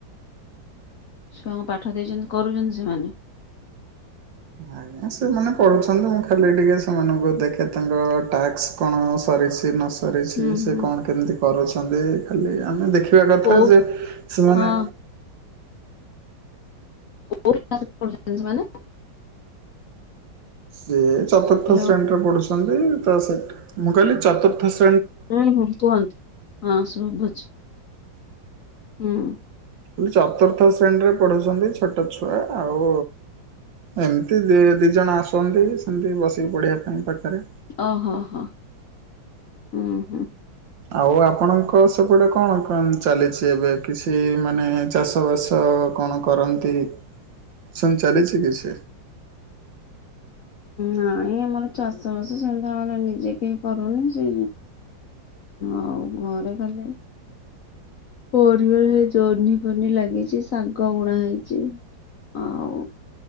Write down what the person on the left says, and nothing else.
ଛୁଆଙ୍କୁ ପାଠ ଦେଇଛନ୍ତି କରୁଛନ୍ତି ସେମାନେ
ହୁଁ
ହୁଁ
କୋଉ
ହଁ କୋଉ କ୍ଲାସ୍ ପଢୁଛନ୍ତି ସେମାନେ
ହ୍ୟାଲୋ
ହୁଁ ହୁଁ କୁହନ୍ତୁ ହୁଁ ଶୁଭୁଛି। ହୁଁ।
ଓ ହୋ ହୋ ହୁଁ ହୁଁ।
ହଁ। ଆମର ଚାଷବାସ ସେମିତି ଆମର ନିଜେ କେହି କରୁନି ସେ ଆଉ ଘରେ ଖାଲି ପରିବାର ହେ ଜହ୍ନି ଫନି ଲାଗିଛି ଶାଗ ବୁଣା ହେଇଛି। ଆଉ